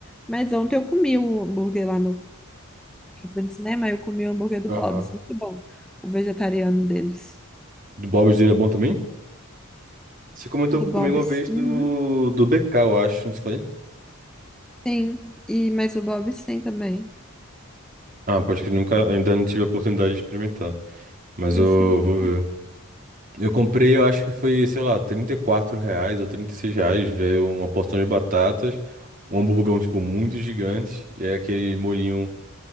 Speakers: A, in the centre; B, on the right.
A: Mas ontem eu comi o hambúrguer lá no Eu fui no cinema, eu comi o hambúrguer do
B: Aham.
A: Bob's, muito bom. O vegetariano deles.
B: Do Bob dele é bom também? Você comentou
A: Do
B: comigo
A: Bob's.
B: uma vez
A: Uhum.
B: do, do BK, eu acho, não foi?
A: Sim. E, mas o Bob's tem também.
B: Ah, pode que nunca, ainda não tive a oportunidade de experimentar. Mas
A: Tem
B: eu
A: que experimentar.
B: vou ver. Eu comprei, eu acho que foi, sei lá, 34 reais ou 36 reais. Veio uma porção de batatas, um hamburgão, tipo, muito gigante. E é aquele molhinho.